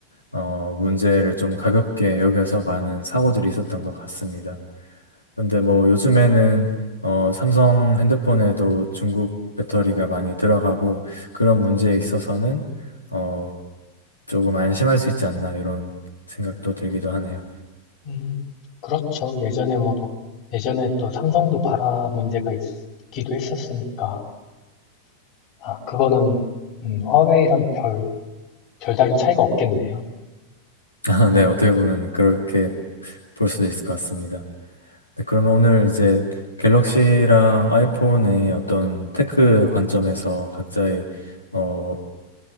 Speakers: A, on the left; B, on the left.
A: 어, 문제를 좀 가볍게 여겨서 많은 사고들이 있었던 것 같습니다. 근데 뭐 요즘에는 어, 삼성 핸드폰에도 중국 배터리가 많이 들어가고 그런 문제에 있어서는 어, 조금 안심할 수 있지 않나 이런 생각도 들기도 하네요.
B: 음, 그렇죠. 예전에 뭐, 또- 예전에 또 삼성도 발화 문제가 있기도 했었으니까. 아, 그거는 음, 화웨이랑 별 별다른 차이가 없겠네요.
A: <laughs> 아, 네, 어떻게 보면 그렇게 볼 수도 있을 것 같습니다. 네, 그러면 오늘 이제 갤럭시랑 아이폰의 어떤 테크 관점에서 각자의 어,